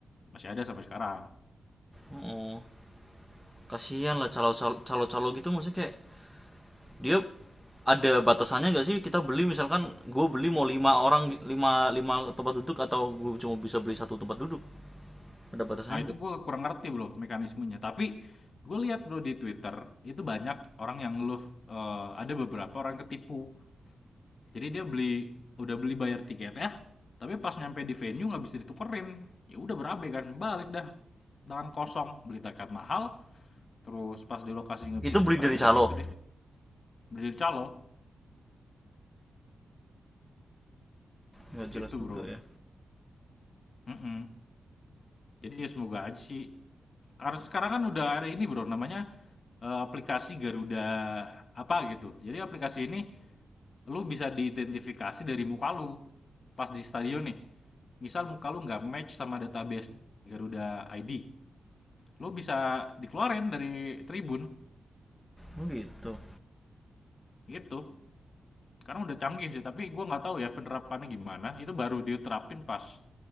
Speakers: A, on the left (about 55°); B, in the centre.
A: masih ada sampai sekarang.
B: Oh, kasihan lah calo-calo calo-calo gitu maksudnya kayak dia ada batasannya nggak sih kita beli misalkan gue beli mau lima orang lima lima tempat duduk atau gue cuma bisa beli satu tempat duduk ada batasannya
A: Nah, itu
B: nggak
A: gue kurang ngerti bro mekanismenya. Tapi gue lihat bro di Twitter itu banyak orang yang ngeluh eh, ada beberapa orang ketipu jadi dia beli udah beli bayar tiket ya tapi pas nyampe di venue nggak bisa ditukerin ya udah berabe kan balik dah tangan kosong beli tiket mahal terus pas di lokasi nggak
B: itu
A: bisa ditukerin
B: beli dari calo
A: ya gitu deh beli dari calo
B: nggak
A: gitu
B: jelas juga
A: bro
B: ya
A: Mm-mm. Jadi ya semoga aja sih. Karena sekarang kan udah ada ini bro, namanya eh, aplikasi Garuda apa gitu. Jadi aplikasi ini lu bisa diidentifikasi dari muka lu pas di stadion nih. Misal muka lu nggak match sama database Garuda ID, lu bisa dikeluarin dari tribun
B: Oh, gitu
A: gitu. Karena udah canggih sih, tapi gue nggak tahu ya penerapannya gimana. Itu baru diterapin pas